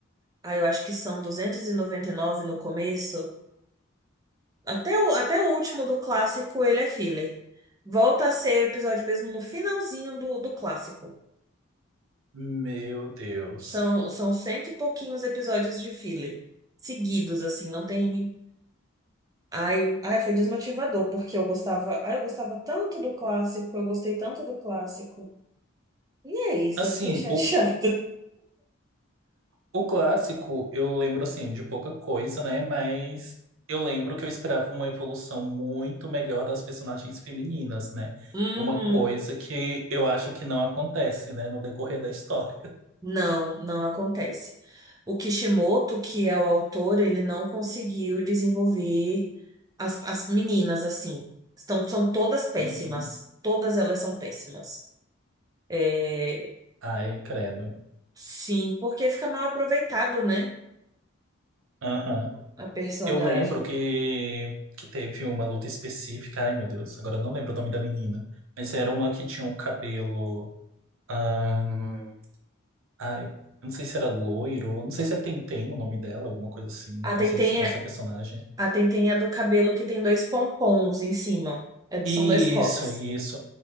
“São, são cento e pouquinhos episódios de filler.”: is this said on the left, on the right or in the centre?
Right